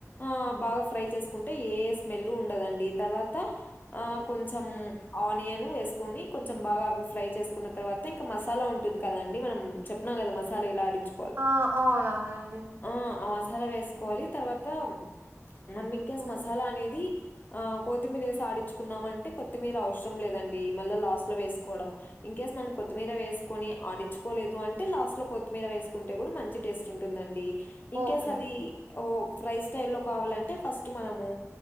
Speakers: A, on the left; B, on the right.
A: ఆ బాగా ఫ్రై చేసుకుంటే ఏ స్మెల్ ఉండదండి తర్వాత ఆ కొంచెం ఆనియన్ వేసుకుని కొంచెం బాగా అవి ఫ్రై చేసుకున్న తర్వాత ఇంకా మసాలా ఉంటుంది కదండి మనం చెప్పినా గదా మసాలా ఎలా ఆడిచ్
B: ఆ అవునవునండి
A: ఆ ఆ మసాలా వేసుకోవాలి తర్వాత మనం ఇంకా
B: హ్మ్
A: మసాలా అనేది ఆ కొత్తిమీర ఏసి ఆడించుకున్నామంటే కొత్తిమీర అవసరం లేదండి మళ్ళీ లాస్ట్ లో వేసుకోవడం ఇన్కేస్ మనం కొత్తిమీర వేసుకొని ఆడించుకోలేదు అంటే లాస్ట్ లో కొత్తిమీర వేసుకుంటే కూడా మంచి టేస్ట్ ఉంటుందండి ఇంకేస్
B: ఓకే
A: అది ఓ ఫ్రై స్టైల్ లో కావాలంటే ఫస్ట్ మనము